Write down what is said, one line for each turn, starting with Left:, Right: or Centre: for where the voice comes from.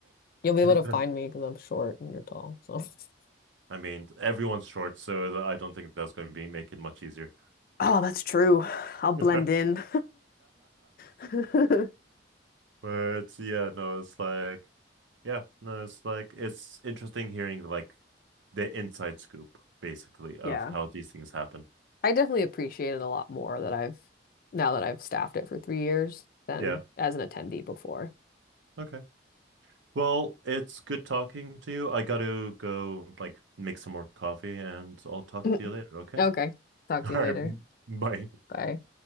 Left: You'll be able to find
Right: that-
Left: me because I'm short and you're tall. So, <laughs>
Right: I mean, everyone's short, so I don't think that's going to be make it much easier.
Left: Oh, that's true. I'll blend
Right: <laughs>
Left: in. <laughs>
Right: But yeah, no, it's like, yeah, no, it's like it's interesting hearing like the inside scoop, basically, of
Left: Yeah.
Right: how these things happen.
Left: I definitely appreciate it a lot more that I've now that I've staffed it for three years than
Right: Yeah.
Left: as an attendee before.
Right: Okay. Well, it's good talking to you. I gotta go like make some more coffee and I'll talk
Left: <laughs>
Right: to you later,
Left: <clears throat>
Right: okay?
Left: Okay.
Right: <laughs>
Left: Talk
Right: All
Left: to
Right: right.
Left: you later.
Right: Bye.
Left: Bye.